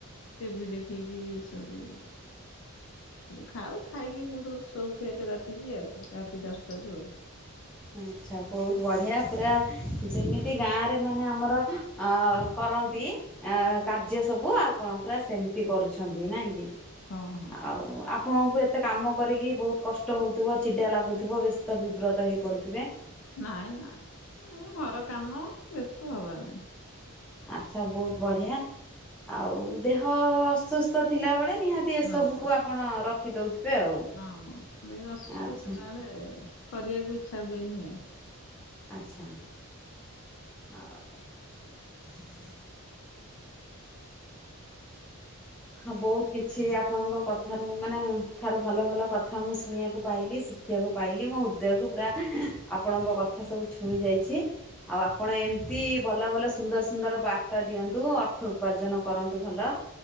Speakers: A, on the left; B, in the centre.
A: ଟିଭି ଦେଖିକି ସେଠୁ ସେଠୁ ଖାଉ ଖାଇକି ସବୁ ସୋଉ ଫେରେ ରାତିକି ଆଉ ରାତି ଦଶଟାକୁୁ ଆଉ।
B: ଆଛା ବହୁତ ବଢିଆ ପୁରା। ଯେମିତି ଗାଁରେ ମାନେ ଆମର ଆଁ କରନ୍ତି ଆଁ କାର୍ଯ୍ୟ ସବୁ ଆ ଆପଣ ପୁରା ସେମିତି କରୁଛନ୍ତି ନାଇଁ କି?
A: ହଁ ହଁ।
B: ଆଉ ଆପ ଆପଣଙ୍କୁ ଏତେ କାମ କରିକି ବହୁତ କଷ୍ଟ ହଉଥିବ, ଚିଡ଼ା ଲାଗୁଥିବ, ବ୍ୟସ୍ତ ବିବ୍ରତ ହେଇ ପଡୁଥିବେ।
A: ନାଇଁ ନାଇଁ ଉଁ ଆମ ଘର କାମ ବ୍ୟସ୍ତ ହବାର ନାଇଁ।
B: ଆଛା ବହୁତ ବଢିଆ। ଆଉ ଦେହ ଅସୁସ୍ଥ ଥିଲାବେଳେ ନିହାତି ଏସବୁକୁ
A: ହଁ
B: ଆପଣ ରଖିଦଉଥିବେ ଆଉ।
A: ହଁ ଦେହ ଅସୁସ୍ଥ
B: ଆଚ୍ଛା
A: ଥିଲା ବେଳେ କରିବାକୁ ଇଚ୍ଛା ହୁଏନି ଆଉ।
B: ଆଚ୍ଛା। ଆଉ। <inaudible> ହଁ ବହୁତ କିଛି ଆପଣଙ୍କ କଥାରୁ ମାନେ ଠାରୁ ଭଲ ଭଲ କଥା ମୁଁ ଶୁଣିବାକୁ ପାଇଲି ଶିଖ ଦେଖିବାକୁ ପାଇଲି ମୋ ହୃଦୟକୁ ପୁରା ଆପଣଙ୍କ କଥା ସବୁ ଛୁଇଁ ଯାଇଛି। ଆଉ ଆପଣ ଏମତି ଭଲ ଭଲ ସୁନ୍ଦର ସୁନ୍ଦର ବାର୍ତ୍ତା ଦିଅନ୍ତୁ। ଅର୍ଥ ଉପାର୍ଜନ କରନ୍ତୁ ଭଲ।